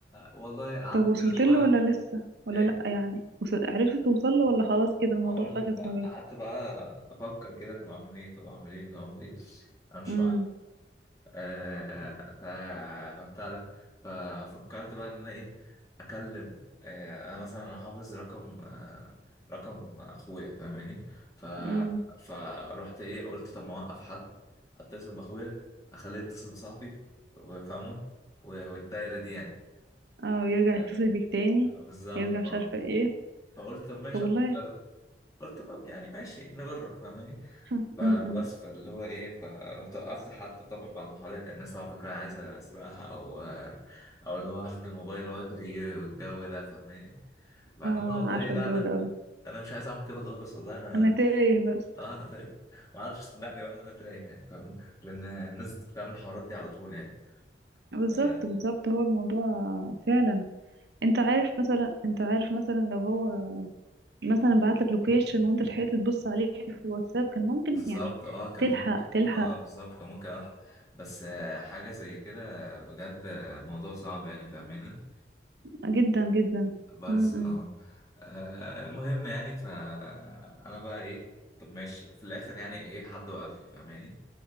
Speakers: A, on the left (about 20°); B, on the right (about 75°).
A: والله قعدت
B: طب وصلت
A: كده شويه
B: له ولا لسه ولا
A: ايه
B: لأ يعني وصل... عرفت توصل له ولا خلاص كده الموضوع
A: هقول لك
B: فكس
A: بقى
B: ما بينكم
A: قعدت بقى افكر كده طب اعمل ايه طب اعمل ايه طب اعمل ايه انا مش
B: امم
A: آه، آه، ف بتاع ده ففكرت بقى ان انا ايه اكلم آه، انا مثلا انا حافظ رقم آه، رقم اخويا فاهماني ف
B: امم
A: فرحت ايه قلت طب ما اوقف حد اتصل باخويا اخليه يتصل بصاحبي وفاهمه و- والدايره دي يعني
B: اه يرجع
A: آه،
B: يتصل بيك تاني
A: بالظبط
B: يرجع
A: اه
B: مش عارفة ايه
A: فقلت طب ماشي
B: طب والله
A: أما أجرب. قلت طب يعني ماشي نجرب فاهماني
B: <laughs>
A: فبس
B: امم
A: فاللي هو ايه فرحت وقفت حد طبعا بعد المحاولات يعني الناس طبعا فاكره انا عايز اسرقها او او اللي هو هاخد الموبايل واجري والجو ده فاهماني بعدين
B: اه أنا
A: انا والله
B: عارفة
A: لا
B: الجو
A: انا
B: ده اوي
A: انا مش عايز اعمل كده خالص والله انا
B: انا تايه بس
A: اه انا تايه ما عادش صدقني بقى ان انا تايه يعني فاهم لان الناس بتعمل الحوارات دي على طول يعني
B: بالظبط
A: يعني
B: بالظبط هو الموضوع فعلا انت عارف مثلا انت عارف مثلا لو هو مثلا بعتلك لوكيشن وانت لحقت تبص عليه في الواتساب كان ممكن
A: بالظبط
B: يعني
A: اه كان
B: تلحق
A: ممكن
B: تلحق
A: اه بالظبط كان ممكن أفهم بس آه، حاجة زي كده بجد آه، موضوع صعب يعني فاهماني
B: جدا جدا
A: بس
B: م -م.
A: اه آه، المهم يعني فأنا بقى ايه طب ماشي في الآخر يعني ايه حد وقف لي فاهماني